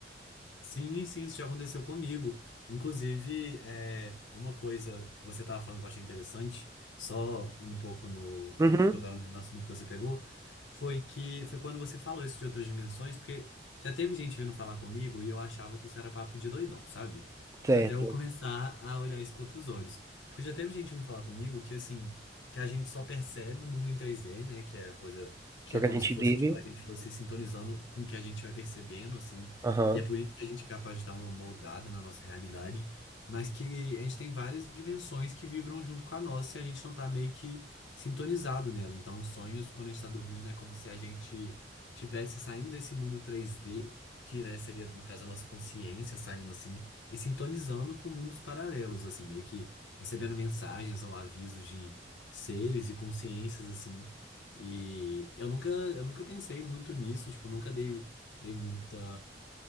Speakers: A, on the left; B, on the right.
A: Sim, sim, isso já aconteceu comigo. Inclusive, é, uma coisa que você estava falando que eu achei interessante, só um pouco no,
B: Uhum,
A: tocando no assunto que você pegou, foi que foi quando você falou isso de outras dimensões, porque já teve gente vindo falar comigo e eu achava que isso era papo de doidão, sabe?
B: certo.
A: Até eu começar a olhar isso com outros olhos. Porque já teve gente vindo falar comigo que, assim, que a gente só percebe o mundo em três d né? Que é a coisa que
B: Que é
A: é
B: o que
A: como
B: a gente
A: se fosse,
B: vive.
A: tipo, a gente fosse sintonizando com o que a gente vai percebendo, assim.
B: Aham.
A: E é por isso que a gente é capaz de dar uma moldada na nossa realidade, mas que a gente tem várias dimensões que vibram junto com a nossa e a gente não tá meio que sintonizado nela. Então, os sonhos, quando a gente tá dormindo, é como se a gente tivesse saindo desse mundo 3D, que, né, seria, no caso, a nossa consciência saindo assim, e sintonizando com mundos paralelos, assim, meio que recebendo mensagens ou avisos de seres e consciências, assim. E eu nunca, eu nunca pensei muito nisso, tipo, eu nunca dei, dei muita